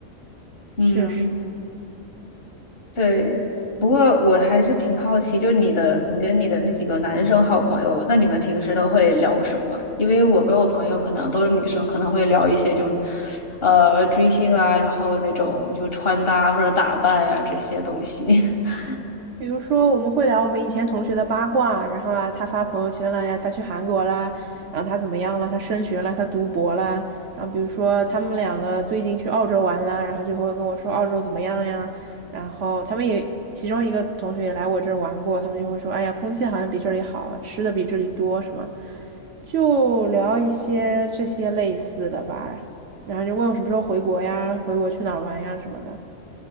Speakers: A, on the left; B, on the right.
A: 嗯。
B: 确实。
A: 对，不过我还是挺好奇，就是你的，你跟你的那几个男生好朋友，那你们平时都会聊什么？因为我跟我朋友可能都是女生，可能会聊一些就，呃，追星啊，然后那种就穿搭或者打扮呀、这些东西。<laughs>
B: 比如说，我们会聊我们以前同学的八卦，然后啊，他发朋友圈了呀，他去韩国啦，然后他怎么样了，他升学了，他读博啦，然后比如说他们两个最近去澳洲玩啦，然后就会跟我说澳洲怎么样呀，然后他们也其中一个同学也来我这儿玩过，他们就会说，哎呀，空气好像比这里好，吃的比这里多什么，就聊一些这些类似的吧，然后就问我什么时候回国呀，回国去哪儿玩呀什么的，